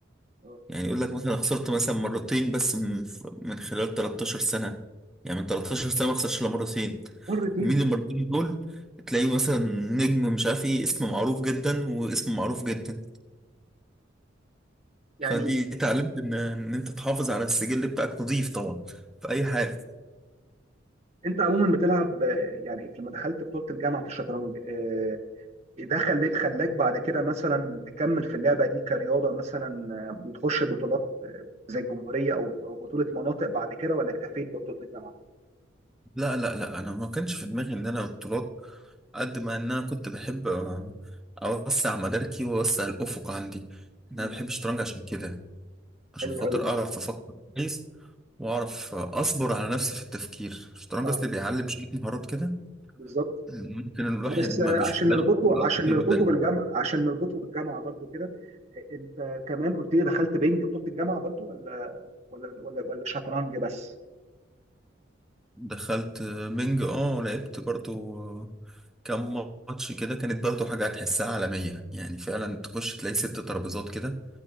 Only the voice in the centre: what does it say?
يعني يقول لك مثلا خسرت مثلا مرتين بس من من خلال 13 سنة يعني من 13 سنة ما خسرش إلا مرتين
ومين المرتين دول تلاقيه مثلا نجم مش عارف ايه اسم معروف جدا واسم معروف جدا
فدي اتعلمت ان ان انت تحافظ على السجل بتاعك نظيف طبعا في اي حاجة
لا لا لا انا ما كانش في دماغي ان انا بطولات قد ما ان انا كنت بحب آه، اوسع مداركي واوسع الافق عندي
إن انا بحب الشطرنج عشان كده عشان
خاطر
اعرف افكر كويس واعرف اصبر على نفسي في التفكير الشطرنج
اصلي بيعلم شويه مهارات كده
اللي ممكن الواحد
ما بيشوفهاش
في الانشطه
البدنيه
دخلت بنج اه لعبت برضو كم ماتش كده كانت برضو حاجه هتحسها عالميه يعني فعلا تخش تلاقي ست ترابيزات كده